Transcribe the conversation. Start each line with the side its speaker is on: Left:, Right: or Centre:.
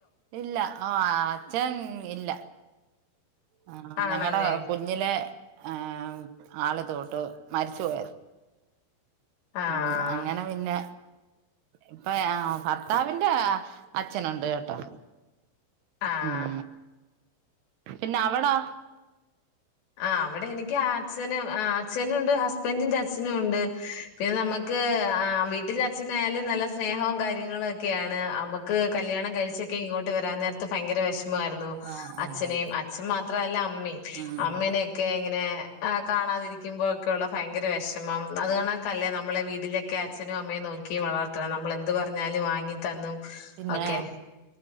Right: ഇല്ല ആഅച്ഛൻ ഇല്ല ആ
Left: ആണല്ലേ
Right: ഞങ്ങളടെ കുഞ്ഞിലെ ആ ആള്തുട്ട് മരിച്ചുപയാരിന്
Left: ആഹ്
Right: ഉം അങ്ങനെ പിന്നെ ഇപ്പൊ ഭർത്താവിന്റെ അച്ഛനുണ്ട് കേട്ടോ
Left: ആഹ്
Right: ഉം പിന്നെ അവടോ
Left: ആഹ് ഇവിടെ എനിക്ക് അച്ഛനും അച്ഛനുംണ്ട് ഹസ്ബൻറ്റിന്റെ അച്ഛനും ഉണ്ട് പിന്നെ നമ്മുക്ക് ആഹ് വീട്ടിലേ അച്ഛൻ ആയാലും നല്ല സ്നേഹവും കാര്യങ്ങളും ഒക്കെയാണ് നമുക്ക് കല്യണം കഴിച്ചക്കേ ഇങ്ങോട്ട് വരാൻ നേരത്ത് ഭയങ്കര വിഷമായിരുന്നു
Right: ആഹ് ആഹ്
Left: അച്ഛനെയും അച്ഛൻ മാത്രല്ല അമ്മയും
Right: ഉം
Left: അമ്മേനൊക്കെ ഇങ്ങനെ ആ കാണാതിരിക്കുമ്പോക്കെയ ഉള്ള ഭയങ്കര വിഷമം അത് കണക്കല്ലേ നമ്മളെ വീട്ടിലൊക്കെ അച്ഛനും അമ്മയും നോ ക്കി വളർത്തണം നമ്മള് എന്ത് പറഞ്ഞാലും വാങ്ങി തന്നും
Right: പിന്നെ
Left: ഓക്കെ